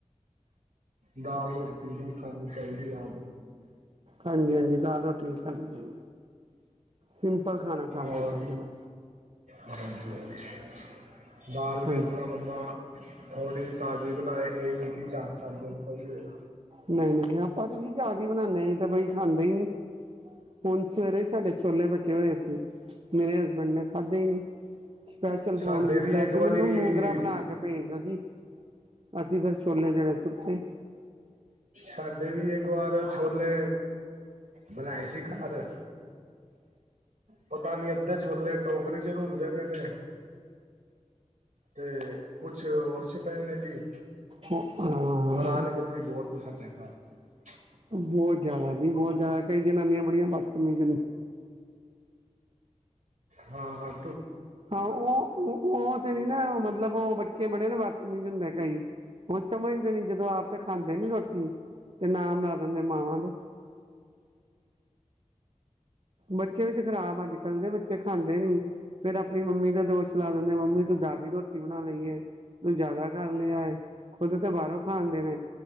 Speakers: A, on the right; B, on the right.
A: ਦਾਲ ਰੋਟੀ ਖਾਣੀ ਚਾਹੀਦੀ ਆ
B: ਹਾਂਜੀ ਹਾਂਜੀ ਦਾਲ ਰੋਟੀ ਹਾਂਜੀ ਸਿੰਪਲ ਖਾਣਾ ਖਾਣਾ
A: ਔਰ
B: ਚਾਹੀਦਾ
A: ਹਾਂਜੀ <unintelligible> ਦਾਲ ਵੀ
B: ਹਾਂਜੀ
A: ਆਪਣਾ ਬੰਦਾ ਥੋੜ੍ਹੀ ਤਾਜ਼ੀ ਬਣਾਏ ਇਹ ਨਹੀਂ ਕਿ ਚਾਰ ਚਾਰ ਦਿਨ ਪਈ ਹੋਵੇ
B: ਨਹੀਂ-ਨਹੀਂ ਆਪਾਂ ਤੇ ਜੀ ਤਾਜੀ ਬਣਾਦੇ ਅਸੀਂ ਤੇ ਬਈ ਖਾਂਦੇ ਈ ਨਹੀਂ, ਹੁਣ ਸਵੇਰੇ ਹੀ ਸਾਡੇ ਛੋਲੇ ਬਚੇ ਹੋਏ ਸੀ। ਮੇਰੇ ਬੇਂਡ ਨੇ ਖਾਧੇ ਹੀ ਨੀ ਸਪੈਸ਼ਲ
A: ਸਾਡੇ
B: ਫੋਨ ਕੀਤਾ
A: ਵੀ ਇੱਕ
B: ਕਿ
A: ਵਾਰੀ
B: ਮੈਨੂੰ ਮੂੰਗਰਾ ਬਣਾ ਕੇ ਭੇਜ ਦੋ ਜੀ, ਅਸੀਂ ਫੇਰ ਛੋਲੇ ਜਿਹੜੇ ਸੁੱਟੇ,
A: ਸਾਡੇ ਵੀ ਇੱਕ ਵਾਰ ਛੋਲੇ ਬਣਾਏ ਸੀ। ਅਰ, ਪਤਾ ਨੀ ਅੱਧੇ ਛੋਲੇ ਟੋਕਰੀ ਚ ਰੁਲਦੇ ਪਏ ਨੇ, ਤੇ ਕੁਛ ਔਡਸ ਪਏ ਨੇ ਜੀ,
B: ਹਾਂ
A: ਬਰਾਨ ਗੱਦੀ ਬਹੁਤ, <unintelligible>
B: ਬਹੁਤ ਜਿਆਦਾ ਜੀ ਬਹੁਤ ਜ਼ਿਆਦਾ, ਕਈ ਜਨਾਨੀਆਂ ਬੜੀਆਂ ਬਸ <unintelligible>
A: ਹਾਂ-ਹਾਂ,
B: ਹਾਂ ਉਹ-ਉਹ ਤੇ ਨੀ ਨਾ ਮਤਲਬ ਉਹ ਬੱਚੇ ਬੜੇ ਨਾ ਵਰਤਮੀਜ ਹੁੰਦੇ ਕਈ ਹੁਣ ਸਮਝਦੇ ਨੀ ਜਦੋਂ ਆਪ ਤਾਂ ਖਾਂਦੇ ਨੀ ਰੋਟੀ ਤੇ ਨਾਮ ਲਾ ਦਿੰਦੇ ਮਾਵਾਂ ਦੇ, ਬਟ, ਸਿਹਤ ਖਰਾਬ ਐ ਅੱਜ ਕੱਲ੍ਹ ਦੇ ਬੱਚੇ ਖਾਂਦੇ ਨੀ ਫੇਰ ਆਪਣੀ ਮੰਮੀ ਦਾ ਦੋਸ਼ ਲਾ ਦਿੰਦੇ ਮੰਮੀ ਤੂੰ ਜਿਆਦੀ ਰੋਟੀ ਬਣਾ ਲਈਏ ਤੂੰ ਜਿਆਦਾ ਕਰ ਲਿਆਏ ਖੁਦ ਤੇ ਬਾਹਰੋਂ ਖਾਂਦੇ ਨੇ